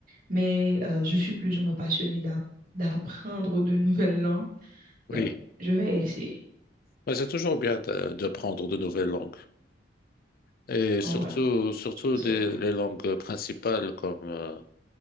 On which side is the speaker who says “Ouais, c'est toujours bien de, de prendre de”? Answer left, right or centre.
Left